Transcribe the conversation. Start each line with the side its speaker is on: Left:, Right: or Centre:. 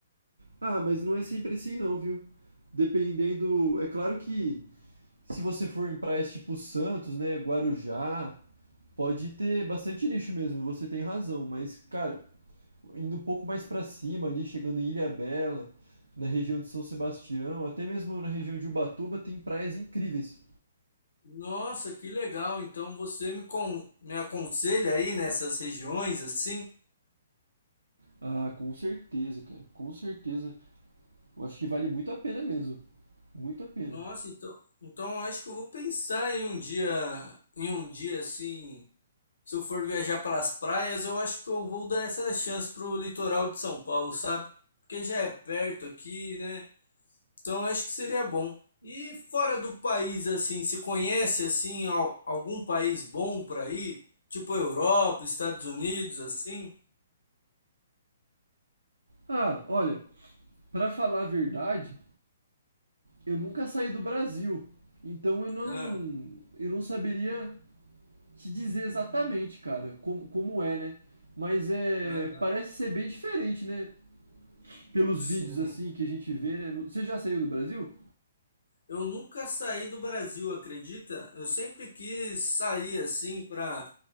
Right: Ah, mas não é sempre assim não, viu? Dependendo, é claro que Se você for em praias tipo Santos, né, Guarujá, pode ter bastante lixo mesmo, você tem razão, mas cara, indo um pouco mais pra cima ali, chegando em Ilhabela, na região de São Sebastião, até mesmo na região de Ubatuba tem praias incríveis.
Left: Nossa, que legal. Então você me, con me aconselha aí nessas regiões, assim?
Right: Ah, com certeza, cara, com certeza. Eu acho que vale muito a pena mesmo. Muito a pena.
Left: Nossa, então, então eu acho que eu vou pensar em um dia, em um dia assim. Se eu for viajar para as praias, eu acho que eu vou dar essa chance pro litoral de São Paulo, sabe? Porque já é perto aqui, né? Então eu acho que seria bom. E fora do país, assim, se conhece assim al- algum país bom para ir? Tipo Europa, Estados Unidos, assim?
Right: Ah, olha, pra falar a verdade, eu nunca saí do Brasil, então eu não
Left: Ah,
Right: eu não saberia te dizer exatamente, cara, como, como é, né? Mas é,
Left: aham.
Right: parece ser bem diferente, né? Pelos
Left: Sim.
Right: vídeos assim que a gente vê, né? No- Você já saiu do Brasil?
Left: Eu nunca saí do Brasil, acredita? Eu sempre quis sair assim para